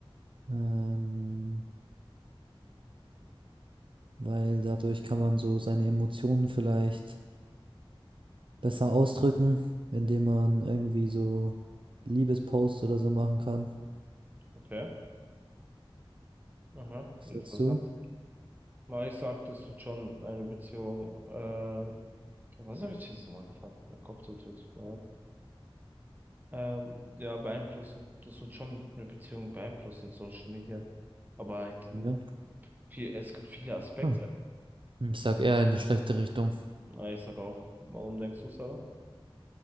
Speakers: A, on the right; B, on the right.
A: ähm, weil dadurch kann man so seine Emotionen vielleicht besser ausdrücken, indem man irgendwie so Liebesposts oder so machen kann.
B: Okay. Aha,
A: Was
B: interessant.
A: sagst du?
B: Na, ich sag, das tut schon eine Beziehung. Äh, was habe ich jetzt mal gefragt? Mein Kopf tut weh, tut mir leid. Ähm, ja, beeinflussen. Das tut schon eine Beziehung beeinflussen, Social Media. Aber halt in
A: Ja.
B: viel, es gibt viele Aspekte.
A: Hm. Ich sag eher in eine schlechte Richtung.
B: Na, ich sag auch, warum denkst du, Sarah?